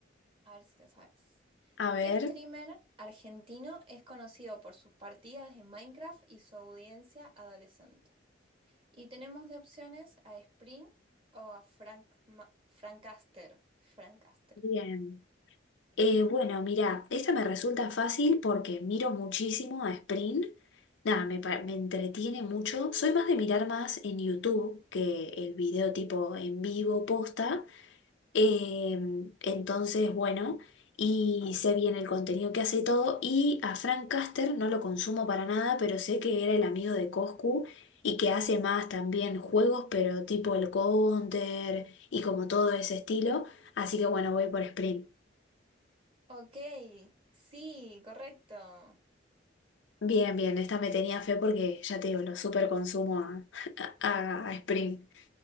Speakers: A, on the right; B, on the left.
A: A ver si lo sabes.
B: A ver,
A: ¿Qué streamer argentino es conocido por sus partidas en Minecraft y su audiencia adolescente? Y tenemos de opciones a Spring o a Frank, Ma- Frank Caster. Frank Caster.
B: bien. Eh, bueno, mira, esta me resulta fácil porque miro muchísimo a Sprint. Nada, me, pa- me entretiene mucho. Soy más de mirar más en YouTube que el video tipo en vivo posta. Em, entonces, bueno, y sé bien el contenido que hace y todo. Y a Frank Caster no lo consumo para nada, pero sé que era el amigo de Coscu y que hace más también juegos, pero tipo el Counter y como todo ese estilo. Así que bueno, voy por Sprint.
A: Ok, sí, correcto.
B: Bien, bien, esta me tenía fe porque ya te digo, lo super consumo a, <laughs> a, a Sprint.